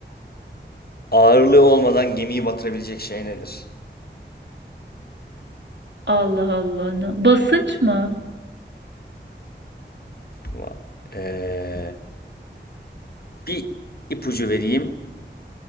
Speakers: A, on the left; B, on the right.
A: Ağırlığı olmadan gemiyi batırabilecek şey nedir?
B: Allah Allah. ne- Basınç mı?
A: Va- Ee, bir ipucu vereyim.